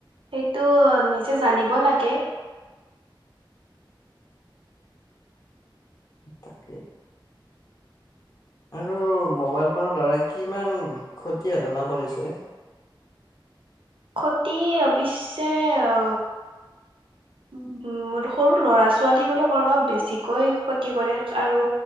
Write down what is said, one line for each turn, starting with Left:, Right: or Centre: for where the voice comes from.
Right: সেইটো নিজে জানিব লাগে কে
Left: তাকেই আৰু মোবাইল ফোনৰ দ্বাৰা কিমান ক্ষতি সাধনা কৰিছে
Right: ক্ষতি অ ব কৰিছে অ উম উম সৰু ল'ৰা ছোৱালী বোলক অলপ বেছি কৈ ক্ষতি কৰে আৰু